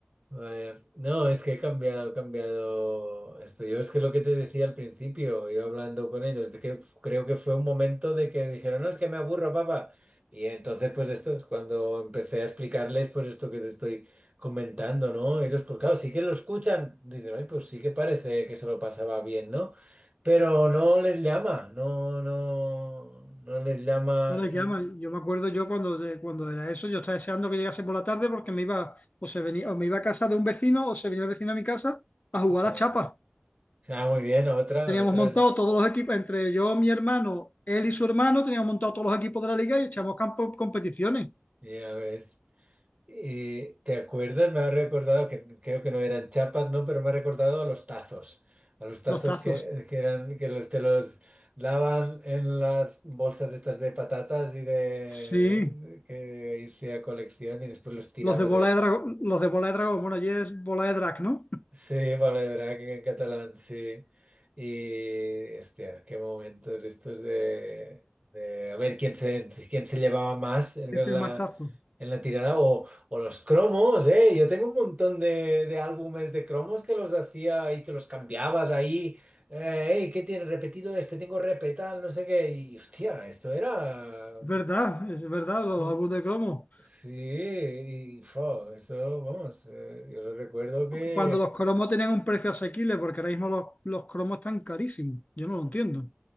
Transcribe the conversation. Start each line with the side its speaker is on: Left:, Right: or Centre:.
Right: Eh, no, es que he cambiado, he cambiado esto. Yo es que lo que te decía al principio, yo hablando con ellos, de que creo que fue un momento de que dijeron, no, es que me aburro, papá. Y entonces, pues esto es cuando empecé a explicarles, pues esto que te estoy comentando, ¿no? Ellos, pues claro, sí que lo escuchan. Dicen, ay, pues sí que parece que se lo pasaba bien, ¿no? Pero no les llama, no, no, no les llama
Left: No les
Right: y...
Left: llama. Yo me acuerdo yo cuando, de- cuando era eso, yo estaba deseando que llegase por la tarde porque me iba, o se venía, o me iba a casa de un vecino, o se venía el vecino a mi casa a jugar
Right: Sí.
Left: a chapa.
Right: Ah, muy bien, otra,
Left: Teníamos
Right: otra,
Left: montado todos los equipos, entre yo, mi hermano, él y su hermano, teníamos montado todos los equipos de la liga y echamos campo competiciones,
Right: ya ves. Eh, ¿te acuerdas? Me ha recordado, que creo que no eran chapas, ¿no? Pero me ha recordado a los tazos. A los tazos
Left: los tazos.
Right: que, que eran, que los, te los daban en las bolsas estas de patatas y de,
Left: Sí,
Right: que hacía colección y después los tirabas
Left: los de bola
Right: ahí.
Left: de dragón, los de bola de dragón, bueno, allí es bola de drag, ¿no? <laughs>
Right: Sí, Drag en catalán, sí. Y, hostia, qué momentos estos de, de a ver quién se, quién se llevaba más en
Left: Ese es
Right: la,
Left: más tazo.
Right: en la tirada o, o los cromos, ¿eh? Yo tengo un montón de, de álbumes de cromos que los hacía y que los cambiabas ahí. Eh, "Ey, ¿qué tienes repetido este? Tengo repetal, no sé qué. Y, hostia, esto era...
Left: Es verdad, es verdad, los
Right: mm,
Left: álbumes de cromo.
Right: Sí, y, fo, esto, vamos, eh, yo lo recuerdo que...
Left: Cuando los cromos tenían un precio asequible, porque ahora mismo los, los cromos están carísimos. Yo no lo entiendo.